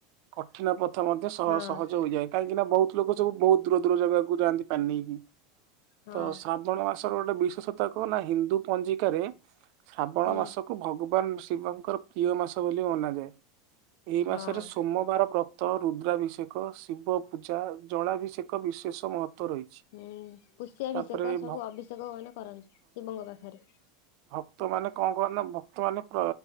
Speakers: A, on the right; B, on the left.
A: କଠିନ ପଥ ମଧ୍ୟ ସହ
B: ହଁ
A: ସହଜ ହୋଇଯାଏ। କାହିଁକି ନା ବହୁତ ଲୋକ ସବୁ ବହୁତ ଦୂର ଦୂର ଜାଗାକୁ ଯାଆନ୍ତି ପାଣି ନେଇକି।
B: ହଁ
A: ତ ଶ୍ରାବଣ ମାସର ଗୋଟେ ବିଶେଷତ କ ନା ହିନ୍ଦୁ ପଞ୍ଜିକାରେ ଶ୍ରାବଣ
B: ହୁଁ
A: ମାସକୁ ଭଗ ଭଗବାନ ଶିବଙ୍କର ପ୍ରିୟ ମାସ ବୋଲି ମନାଯାଏ। ଏହି
B: ହଁ
A: ମାସରେ ସୋମବାର ଵ୍ର ତ ରୁଦ୍ରାଭିଷେକ, ଶିବ ପୂଜା, ଜଳାଭିଷେକ ବିଶେଷ ମହତ୍ଵ ରହିଛି।
B: ହୁଁ ପୋଷିଆଭିଷେକ
A: ତାପରେ
B: ସବୁ
A: ଭ
B: ଅଭିଷେକ ମାନେ କରନ୍ତି ଶିବଙ୍କ ପାଖରେ।
A: ଭକ୍ତ ମାନେ କଣ କନ୍ତି ନା ଭକ୍ତ ମାନେ ପ୍ର